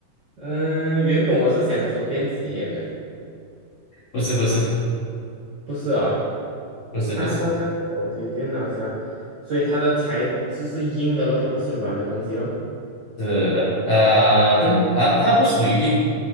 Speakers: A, on the right; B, on the left.
A: 嗯、原本我是想说电子烟的，
B: 不是不是
A: 不是哦，
B: 不是不是。
A: 大到像手提电脑箱，所以它的材质是硬的咯，它不是软的东西咯，
B: 是的，啊，对啊，它不属于硬，